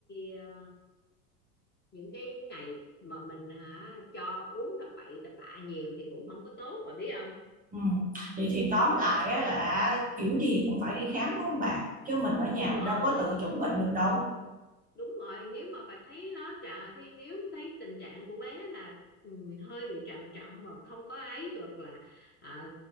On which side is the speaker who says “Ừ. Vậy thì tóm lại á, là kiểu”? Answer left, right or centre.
Right